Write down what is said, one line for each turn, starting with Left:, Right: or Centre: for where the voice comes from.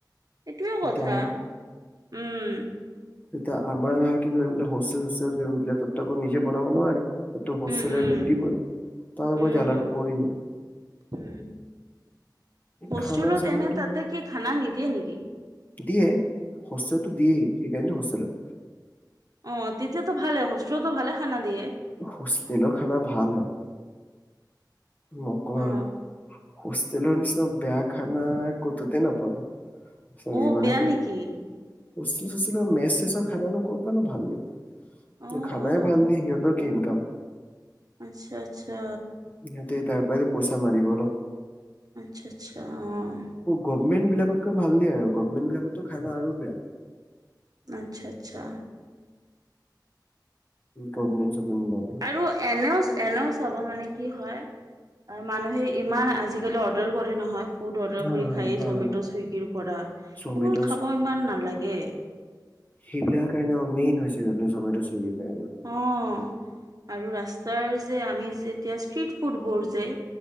Right: এইটোয়ে কথা
Left: এতিয়া
Right: উম।
Left: তেতিয়া আমাৰ ধৰা কি কৰিম পলে হোষ্টেল সোষ্টেল গমোলে তাতো আকৌ নিজে বনাব নোৱাৰি। হোষ্টেলগ
Right: উম, উম,
Left: দিবই তক
Right: উম,
Left: জ্বালাটো পিব জাই।
Right: উম হোষ্টেলত
Left: খানা চানাটো
Right: এনে তাতে কি খানা নিদিয়ে নেকি।
Left: দিয়ে হোষ্টেলতো দিয়েই সেইকাৰণেতো হোষ্টেলত।
Right: অ', তেতিয়াতো ভালে হোষ্টেলতো ভালে খানা দিয়ে।
Left: হোষ্টেলৰ খানা ভাল হয়। নকওঁ
Right: অ',
Left: আৰু হোষ্টেলৰ নিচিনা বেয়া খানা ক'তোতে নাপাব। <unintelligible>
Right: অ', বেয়া নেকি?
Left: হোষ্টেল সুষ্টেল মেচ শেচৰ খানা নো ক' প নো ভাল দিব
Right: অ',
Left: খানাই ভাল দিয়ে সিহঁত কি ইনকাম।
Right: আচ্ছা, আচ্ছা।
Left: সিহঁতে তাৰ পৰাইতো পইচা মাৰিব অলপ।
Right: আচ্ছা, আচ্ছা অ'
Left: গভমণ্টলাকতকৈ ভাল দিয় আৰু গভমেটলাকতো খানা আৰু বেয়া।
Right: আচ্ছা, আচ্ছা।
Left: গভমেণ্ট চভমেণ্ট বিলাকে।
Right: আৰু এনেও। এনেও চাব মানে কি হয় মানুহে ইমান আজিকালি অৰ্ডাৰ কৰে নহয়। ফুড অৰ্ডাৰ
Left: হা
Right: কৰি
Left: হা
Right: খায়েই
Left: হা
Right: জমেট'
Left: হা।
Right: চুইগীৰ পৰা এইবোৰ
Left: জমেট'
Right: খাব ইমান নালাগে।
Left: সেইবিলাক কাৰণে মেইন হৈছে এই জমেট' চুইগিৰ কাৰণে।
Right: অ', আৰু ৰাস্তাৰ যে আমি যে এতিয়া ষ্ট্ৰিট। ফুটবোৰ যে